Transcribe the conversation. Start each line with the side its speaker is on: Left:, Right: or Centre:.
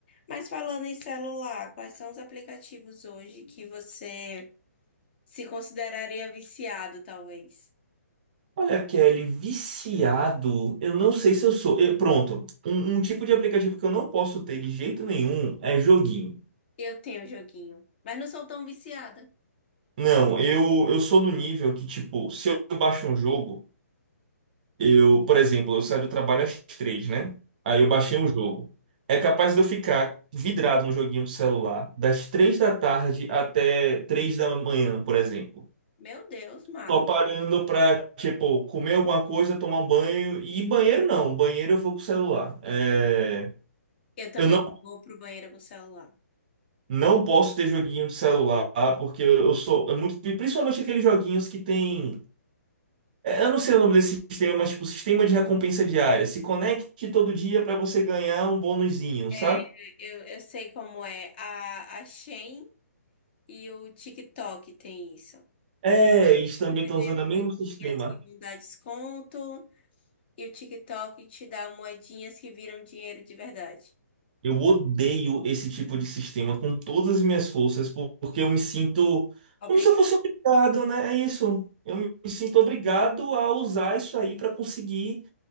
Left: Mas falando em celular, quais são os aplicativos hoje que você se consideraria viciado, talvez?
Right: Olha, Kelly, viciado, eu não sei se eu sou. Eu- pronto, um, um tipo de aplicativo que eu não posso ter de jeito nenhum é joguinho.
Left: Eu tenho joguinho, mas não sou tão viciada.
Right: Não, eu, eu sou do nível que, tipo, se eu baixo um jogo. Eu, por exemplo, eu saio do trabalho às três, né? Aí eu baixei um jogo. É capaz de eu ficar vidrado no joguinho do celular das três da tarde até três da manhã, por exemplo.
Left: Meu Deus, Marco.
Right: Tô parando pra, tipo, comer alguma coisa, tomar um banho. E banheiro não, banheiro eu vou com o celular. É,
Left: Eu também
Right: Eu não,
Left: vou pro banheiro com o celular.
Right: não posso ter joguinho de celular, porque eu eu sou é muito, principalmente aqueles joguinhos que tem É, Eu não sei o nome desse sistema, mas tipo, sistema de recompensa diária. Se conecte todo dia para você ganhar um bônusinho,
Left: É,
Right: sabe?
Left: eu, eu sei como é. A, a Shein E o TikTok tem isso.
Right: É, eles também
Left: Você
Right: estão
Left: ganha
Right: usando o mesmo
Left: moedinhas
Right: sistema.
Left: que vão dar desconto, e o TikTok te dá moedinhas que viram dinheiro de verdade.
Right: Eu odeio esse tipo de sistema com todas as minhas forças, por- porque eu me sinto
Left: Obrigada.
Right: como se eu fosse obrigado, né? É isso. Eu me me sinto obrigado a usar isso aí para conseguir